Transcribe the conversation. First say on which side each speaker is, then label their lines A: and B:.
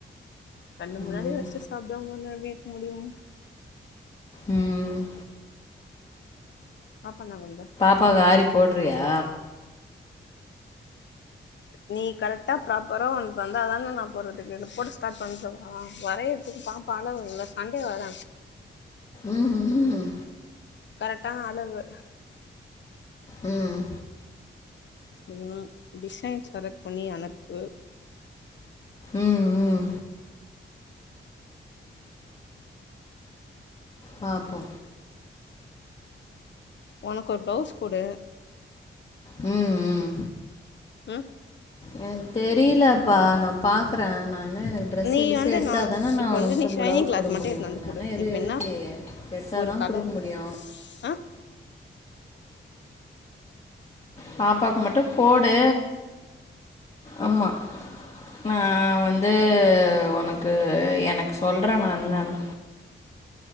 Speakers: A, on the left; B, on the left.
A: கண்னு முன்னாடி
B: ம்
A: வச்ட்டு சாப்டாம இருந்த எப்டி இருக்க முடியு
B: ம்
A: பாப்பா என்னா பன்ந்து
B: இப்ப அது ஆரி போட்றியா
A: நீ கரெக்டாக ப்ராப்பரா ஒன்னு தந்ததான நா போறதுக்கு இத போட்டு ஸ்டார்ட் பண்றவா வரையதுக்கு பாப்பா அளவு இல்ல சண்டே வர
B: ம் ம்
A: கரெக்டான அளவு
B: ம்
A: இன்னு டிசைன் செலக்ட் பண்ணி அனுப்பு
B: ம் ம் பாப்போ
A: உனக்கு ஒரு பிளவுஸ் போடு
B: ம் ம்
A: ம்
B: எனக்கு தெரிலப்பா நா பாக்குற நா என்ன எனக் ட்ரெஸ்ஸுகிஸ்ஸு
A: நீ வந்து
B: எடுத்தா
A: நா
B: தானே நா
A: இப்ப
B: வுனக்கிட்ட
A: வந்து நீ ஷைனிங்
B: ப்ளவுஸ்
A: கிளாத்
B: குடுக்க
A: மட்டு
B: முடியு
A: எடுத்துனு வந்து
B: நானா
A: குடு
B: எது
A: இப்ப
B: எடுக்லயே
A: என்ன
B: எடுத்தா
A: ஒரு
B: தா
A: கலர்
B: குடுக்க முடியு
A: ஆ
B: பாப்பாக்கு மட்டு போடு ஆம்மா நா வந்து உனக்கு எனக்கு சொல்றே நா என்னானு